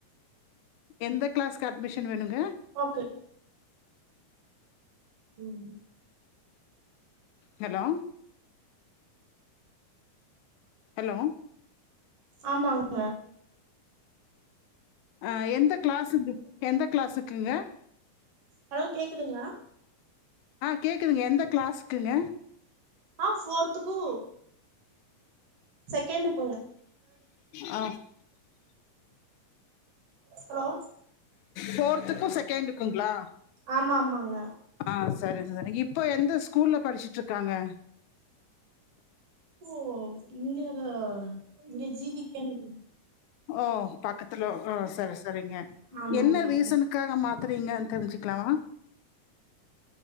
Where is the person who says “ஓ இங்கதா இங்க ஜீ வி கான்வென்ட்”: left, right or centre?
Right